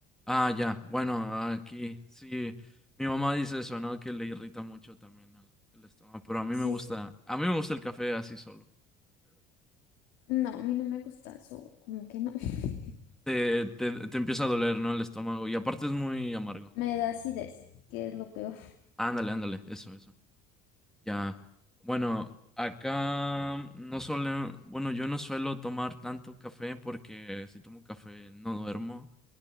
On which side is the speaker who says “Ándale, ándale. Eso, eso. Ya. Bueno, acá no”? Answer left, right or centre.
Centre